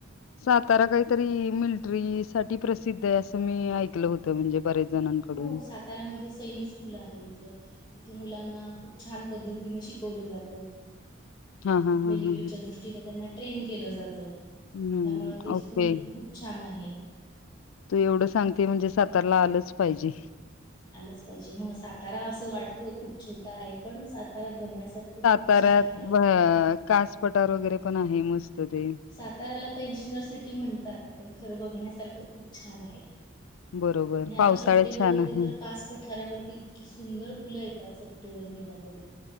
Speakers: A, on the left; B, on the left.
A: सातारा काहीतरी मिलटरी साठी प्रसिद्ध आहे असं मी ऐकलं होतं म्हणजे बरेच जणांकडून
B: हो साताार्यामध्ये सैनिक स्कूल आहे इथं इथे मुलांना खूप छान पद्धतीन शिकवलं जातं
A: हा हा हा
B: मिलिटरीच्या
A: हा ह
B: दृष्टीने त्यांना ट्रेन केलं जातं
A: हम्म
B: त्यामु ते स्कूल
A: ओके
B: खूप छान आहे
A: तू एवढं सांगते म्हणजे सातारला आलंच पाहिजे
B: आलंच पाहिजे मग सातारा असं वाटतं खूप छोटा आहे पण सातार्यात बघण्यासारखं खूप
A: तरत
B: छान आहे.
A: कास पटार वगैरे पण आहे मस्त ते
B: साताराला पेन्शनर सिटी म्हणतात पण खरं बघण्यासारखं खूप छान आहे
A: बरोबर
B: आणि आता
A: पावसाळ्यात
B: सप्टेंबरमध्ये
A: छान आहे
B: तर कास पठाऱावरती इ ई तकी सुंदर फुलं येतात सप्टेंबर महिन्यामध्ये